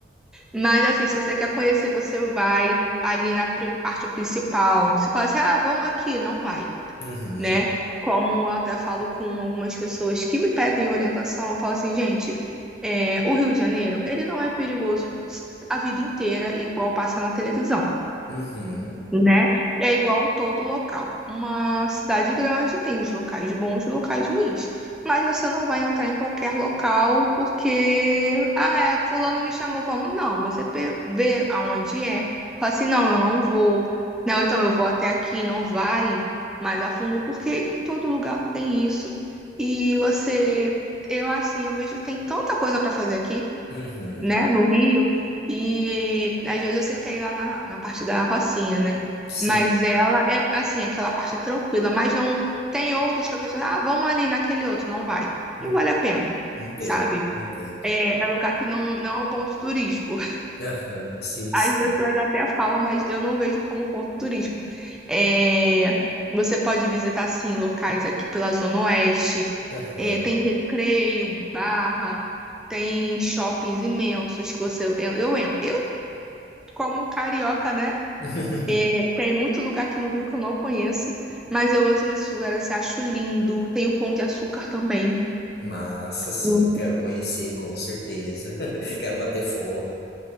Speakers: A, in the centre; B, on the left (about 60°).
A: mas, assim, se você quer conhecer, você vai ali na pri- parte principal. Se fala assim, ah, vamos aqui, não vai,
B: Uhum,
A: né? Como eu até falo com algumas pessoas que me pedem orientação, eu falo assim, gente, é, o Rio de Janeiro, ele não é perigoso a vida inteira, igual passa na televisão
B: uhum,
A: né? É igual todo local. Uma cidade grande tem os locais bons e locais ruins. Mas você não vai entrar em qualquer local porque, ah, é, fulano me chamou, vamos. Não, você pe- vê aonde é. Fala assim, não, eu não vou. Não, então eu vou até aqui, não vai mais a fundo, porque em todo lugar tem isso. E você, eu assim, eu vejo que tem tanta coisa para fazer aqui
B: uhum.
A: né, no Rio, e às vezes você quer ir lá na a parte da Rocinha, né?
B: Sim,
A: Mas ela é assim, aquela parte é tranquila, mas não tem outros que a pessoa, ah, vamos ali naquele outro, não vai.
B: en-
A: Não vale a pena,
B: entendo,
A: sabe?
B: entendo.
A: É, é lugar que não, não é um ponto turístico.
B: Aham, sim,
A: As
B: sim.
A: pessoas até falam, mas eu não vejo como ponto turístico. É, você pode visitar, sim, locais aqui pela Zona Oeste.
B: Aham.
A: É, tem recreio, barra, tem shoppings imensos que você... Eu, eu, en- eu como carioca, né?
B: <laughs>
A: É, tem muito lugar aqui no Rio que eu não conheço, mas eu entro nesses lugares assim, acho lindo. Tem o Pão de Açúcar também.
B: Massa, sim,
A: Hum.
B: quero conhecer, com certeza. <laughs> Quero bater foto.